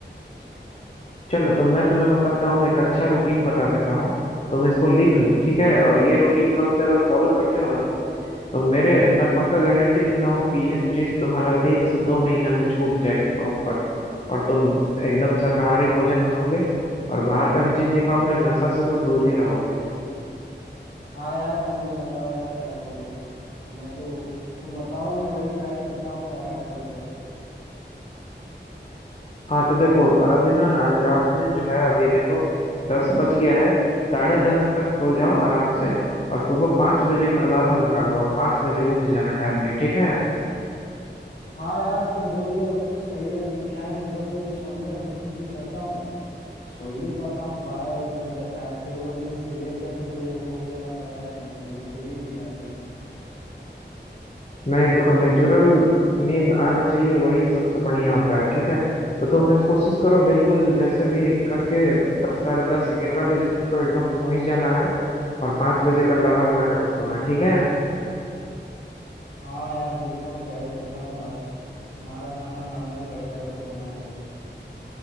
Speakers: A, on the left (about 35°); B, on the left (about 55°).
A: चलो तो मैं तुम्हें बताता हूँ एक अच्छा रूटीन बता देता हूँ तुम इसको लिख लो ठीक है और ये रूटीन कल से अगर फॉलो करते हो ना तुम तो मेरे मैं पक्का गारंटी देता हूँ कि ये चीज तुम्हारा एक से दो महीना में छूट जाएगा प्रॉपर और तुम एकदम शाकाहारी भोजन खाओगे और बाहर का भी चीज नहीं खाओगे नशा से तो दूर ही रहोगे
B: हाँ यार मोहित बताओ यार क्या करूँ मैं तो तुम बताओ मैं वही ट्राई करता हूँ यार आज कल से
A: हाँ तो देखो आज ना आज रात में जो है अभी देखो दस बज गया है साढ़े दस तक सो जाओ आराम से और सुबह पाँच बजे का अलार्म लगा लो और पाँच बजे उठ जाना टाइमली ठीक है
B: हाँ यार तुम बोल रहे हो तो सही है लेकिन क्या है मैं दस बजे सोने का कोशिश भी करता हूँ सो ही नहीं पाता हूँ बारह एक बज जाता है फिर वही सिगरेट या फिर कोई अल्कोहल लेना पड़ता है सोने के लिए फिर ही नींद आती है
A: नहीं देखो नेचुरल नींद आना चाहिए वही सबसे बढ़िया होता है ठीक है तो तुम आज कोशिश करो बिल्कुल जैसे भी करके दस साढ़े दस ग्यारह बजे तक तो एकदम सो ही जाना है और पाँच बजे का अलार्म लगा के सोना ठीक है
B: हाँ यार देखता हूँ ट्राई करता हूँ आज तुम्हारा कहना मानना ही पड़ेगा अगर छोड़ना है तो